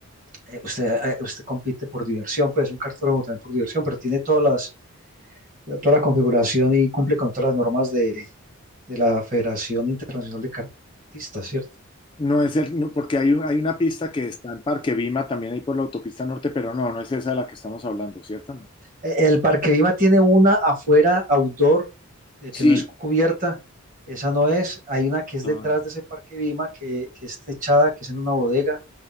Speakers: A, on the right; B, on the left.
A: eh, usted, eh, usted compite por diversión, pues es un cartódromo también por diversión, pero tiene todas las la- toda la configuración y cumple con todas las normas de, de la Federación Internacional de Cartistas, ¿cierto?
B: No es el, no, porque hay, un- hay una pista que está en Parque Vima, también ahí por la autopista norte, pero no, no es esa de la que estamos hablando, ¿cierto? No.
A: E- El Parque Vima tiene una afuera, outdoor, eh,
B: Sí.
A: que no es cubierta, esa no es, hay una que es
B: Ah,
A: detrás de ese Parque Vima, que, que es techada, que es en una bodega,